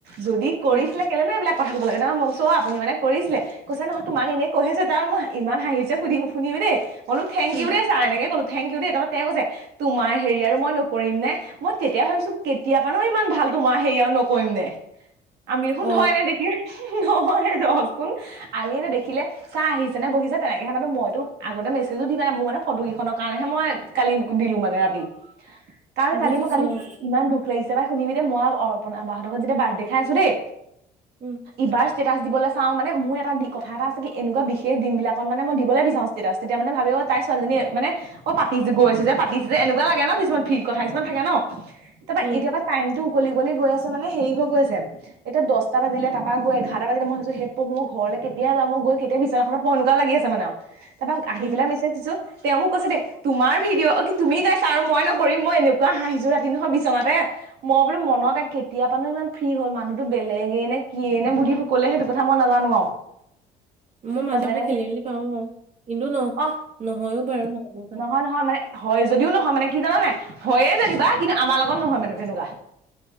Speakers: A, on the right; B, on the right.
A: যদি কৰিছিলে,
B: উম
A: কেলেইনো এইবিলাক কথা ক'ব লাগে, তাৰ পৰা মই কৈছোঁ আপুনি মানে কৰিছিলে, কৈছে নহ তোমাক এনেই কৈ হে চাইছোঁ, তাৰপা মোৰ ইমান হাঁহি উঠিছে সুধিব-শুনিবি দেই। মই বোলো থেংক
B: উম
A: ইউ দেই ছাৰ, এনেকে ক'লো থেংক ইউ দেই, তাৰপৰা তেওঁ কৈছে, তোমাৰ হেৰি আৰু মই নকৰিম নে, মই তেতিয়া ভাবিছো, কেতিয়া পৰানো ইমান ভাল তোমাৰ হেৰি আৰু নকৰিম নে। আমি দেখোন
B: অ
A: ধৰ এনে দেখিয়ে নহয় ৰচোন, আমি এনে দেখ খিলে ছাৰ আহিছে নে বহিছে, তেনেকেহে মাতো, মইতো আগতে মেছেজো দি পোৱা নাই, মোৰ মানে ফটো কেইখনৰ কাৰণেহে মই কালি দিলো মানে ৰাতি। কাৰণ, কালি-মই
B: বুজিছো
A: কালি
B: অ
A: ইমান দুখ লাগিছ তাৰ পৰা শুনিবি দেই, মই অৰ্পনাবাহঁতৰত যেতিয়া বাৰ্থডে খাই আছো দেই
B: উম
A: ইবাৰ ষ্টেটাছ দিবলৈ চাওঁ মান মোৰ এটা দি কথা এটা এনেকুৱা বিশেষ দিন বিলাক কত মানে মই দিবলৈ বিচাৰাওঁ তেতিয়াা তেতিয়া মানে ভাবি তাই ছোৱালজনী মানে অ পাতিছে গৈছে পাছে এনেকুৱাাগে ন কিছুমান ফ কথা কিছু থে ন তাৰাপা
B: উম
A: এতিয়াৰ পৰা টাইম টো উকলি উকলি গৈ আছে মানে হেৰি হৈ গৈছে এতিয়া দহটা বাজিলে তাৰা গৈ এঘাৰটা বাজ মইছো স মোৰ ঘৰলে কেতিয়া যাওঁ মোক গৈ কেতিয়া বি্বনাখনত মই এনেুৱা লাগি আছে মানে আৰু। তাৰপাক আহি
B: উম
A: পেলাই মিচাই দিছো তেওঁ মোক কৈছে দে তোমাৰ ভিডিঅ' অ কি তুমি গাইছা আৰু মই নকৰিম মই এনেকুৱা হাঁহিযোৰ ৰাতি নহয় বিচনাতে মই বোলো মনত কেতিয়া পানো ইমান ফ্ৰী হল মানুহটো বেলেগে নে কিিয়ে নে বুলি কলে সেইটো কথা মই নাজানো আৰু
B: মই মানকে
A: তাৰপিছত এনে
B: খেলি
A: বুলি
B: -মেলি পাও আৰু কিন্তু ন
A: অ
B: নহয়ও বাৰু লাগো পাই।
A: নহয় নহয় মানে হয় যদিও নহয় মানে কি জানানে হয়য়ে জানিবা কিন্তু আমাৰ লগত নহয় মানে তেনেকুৱা